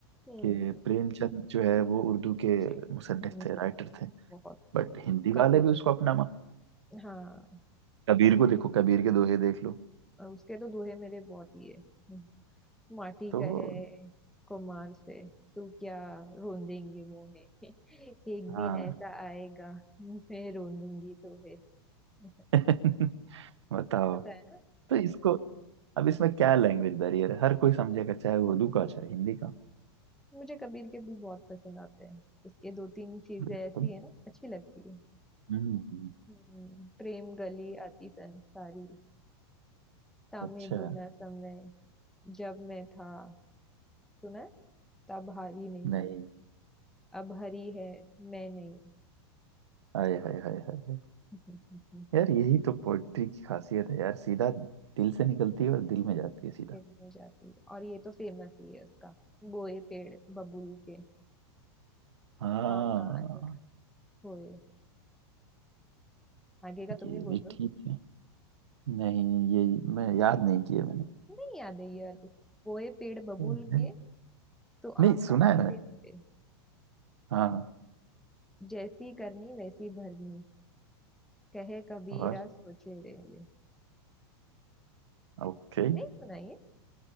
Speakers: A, in the centre; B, on the right.
A: हम्म
B: कि प्रेमचंद जो है वो उर्दू
A: अच्छे
B: के मुसन्निफ
A: हम्म
B: थे राइटर थे
A: बहुत
B: बट हिंदी
A: कबीर
B: वाले भी उसको अपना मान
A: हाँ
B: कबीर को देखो कबीर के दोहे देख लो
A: और उसके तो दोहे मेरे बहुत ही है माटी
B: तो
A: कहे कुम्हार से तू क्या रोंदेंगे मुझे <laughs> एक दिन
B: हाँ
A: ऐसा आएगा मैं रोंदूंगी तो है <laughs>
B: <laughs> बताओ
A: पता है ना
B: तो इसको अब इसमें क्या लैंग्वेज बैरियर है हर कोई समझेगा चाहे उर्दू का चाहे हिंदी का
A: मुझे कबीर के भी बहुत पसंद आते हैं उसके दो तीन चीजें
B: बिल्कुल
A: ऐसी है ना अच्छी लगती है
B: हम्म
A: हम्म, प्रेम गली आती संसारी तामे
B: अच्छा
A: दो न समय जब मैं था सुना है? तब हारी नहीं
B: नहीं
A: अब हरी है मैं नहीं
B: हाय हाय हाय हाय हाय।
A: <laughs>
B: यार यही तो पोइट्री की खासियत है यार सीधा दिल से निकलती है और दिल में जाती है सीधा
A: दिन में जाती है और ये तो फेमस ही है उसका गोए पेड़ बबूल के
B: हाँ
A: आम कहाँ से खोए आगे का तुम
B: ये
A: ही
B: भी
A: बोल दो
B: ठीक है नहीं ये मैं याद नहीं किए मैंने
A: नहीं याद है ये वाली गोए पेड़ बबूल
B: नहीं
A: के तो
B: नहीं,
A: आम
B: सुना
A: कहाँ
B: है
A: से
B: मैंने
A: ढूंढे
B: हाँ
A: जैसी करनी वैसी भरनी कहे कबीरा
B: और
A: सोचे रे ये
B: ओके
A: नहीं सुना ये